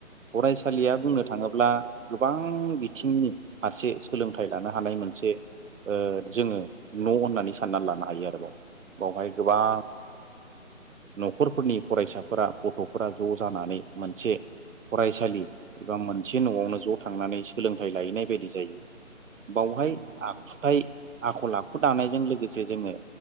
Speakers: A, on the right; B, on the right.
A: फरायसालिया
B: औ नंगौ
A: बुंनो
B: नोंथां
A: थाङोब्ला गोबां बिथिंनि फारसे सोलोंथाइ लानो हानाय मोनसे जोङो न' होननानै साननानै लानो हायो आरो बावहाय गोबां न'खरफोरनि फरायसाफोरा गथ'फोरा ज' जानानै मोनसे फरायसालि एबा मोनसे न'आवनो ज' थांनानै सोलोंथाइ लाहैनाय बायदि जायो। बावहाय
B: औ नंगौ नोंथां
A: आखुथाय आखल आखु दानायजों लोगोसे जोंङो